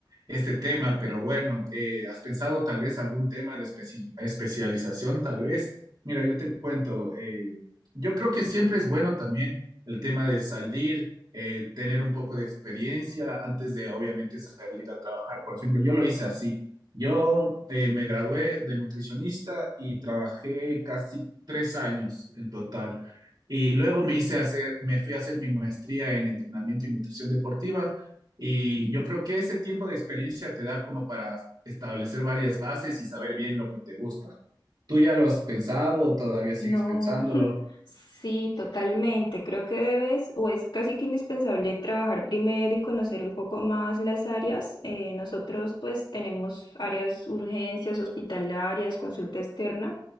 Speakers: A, on the right (about 60°); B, on the left (about 80°).
A: este tema, pero bueno, eh, ¿has pensado tal vez algún tema de especi- especialización? Tal vez, mira, yo te cuento, eh, yo creo que siempre es bueno también el tema de salir eh, tener un poco de experiencia antes de obviamente salir a trabajar. Por ejemplo, yo lo hice así. Yo eh, me gradué de nutricionista y trabajé casi tres años en total. Y luego me hice hacer, me fui a hacer mi maestría en entrenamiento y nutrición deportiva. Y yo creo que ese tiempo de experiencia te da como para establecer varias bases y saber bien lo que te gusta. ¿Tú ya lo has pensado? ¿Todavía
B: No,
A: sigues pensándolo?
B: <laughs> sí, totalmente. Creo que debes o es casi que indispensable trabajar primero y conocer un poco más las áreas. Eh, nosotros pues tenemos áreas urgencias, hospitalarias, consulta externa